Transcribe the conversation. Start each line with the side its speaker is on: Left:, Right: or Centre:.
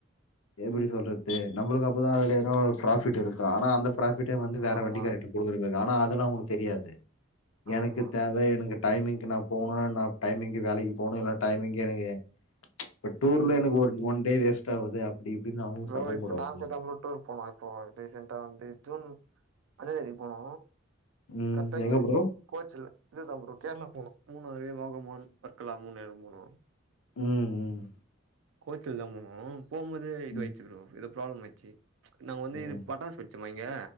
Left: எப்படி சொல்றது நம்பளுக்கு அப்பதா அதுல என்ன ஒரு ப்ராஃபிட் இருக்கு ஆனா அந்த ப்ராஃபிட்ட வந்து வேற
Right: ஆமா,
Left: வண்டிகாரட்ட குடுக்குற மாரிக்கு ஆனா அதெல்லா அவங்ளுக்கு தெரியாது
Right: ஆமா.
Left: எனக்கு தேவ எனுக்கு டைமிங்கு நா போகணு நா டைமிங்கு வேலைக்கு போணு இல்லா டைமிங் எனக்கு இப்ப டூர்ல
Right: ம்.
Left: எனக்கு ஒரு ஒன் டே வேஸ்ட் ஆவுது அப்டி இப்டின்னு
Right: ப்ரோ
Left: சத்தம்
Right: இப்ப
Left: போடுவாங்க
Right: நாங்கூட்தா டூர் போனோ இப்போ ரீசென்டா வந்து ஜூன் அஞ்சா தேதி போனோ
Left: ம்
Right: கரெக்டா
Left: எங்க
Right: இங்கன்னு
Left: ப்ரோ
Right: கோச்சில இதுதா ப்ரோ கேரளா போனு மூணாறு வாகமான் வர்கலா மூணு எடொ போனோ
Left: ம் ம்
Right: கோச்சில்ல தா போனோ போம்போது இது
Left: ம்
Right: ஆய்ச்சு ப்ரோ எதோ ப்ராப்ளம் ஆயிச்சு நாங்க வந்து
Left: ம்
Right: இது பட்டாசு வெச் ச்சமா இங்க